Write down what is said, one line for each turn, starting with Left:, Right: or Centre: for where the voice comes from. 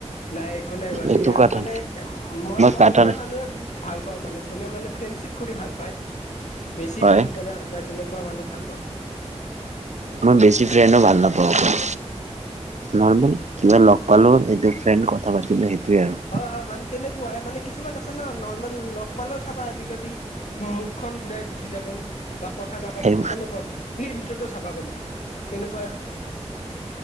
Left: নাই একো নাই, বাৰু
Right: এইটো
Left: ইয়া
Right: কথা
Left: মানে মই, মই
Right: কটা
Left: এনেকুৱাই
Right: নাই
Left: মানুহে ভাল পাওঁ মানে যোনে মানে ফ্ৰেণ্ডশিপ কৰি ভাল পায়, বেছি
Right: হয়
Left: ফ্ৰেণ্ডচ মানে বা তেনেকুৱা মানুহ ভাল পাওঁ।
Right: মই বেছি ফ্ৰেণ্ডো ভাল নাপাওঁ। নৰ্মেল কিবা লগ পালো, এইটো ফ্ৰেণ্ড কথা পাতিলো, সেইটোৱে আৰু।
Left: হয়, হয়, মানে তেনেকুৱাই মানে কিছুমান আছে ন', নৰ্মেল লগ পালেও চাবা আজিকালি মুখখন ঘূৰাই গুচি যাব বা কথা নাপাতিব
Right: সেই
Left: তেনেকুৱা ভিতৰতো চাবা কোনটো তেনেকুৱাই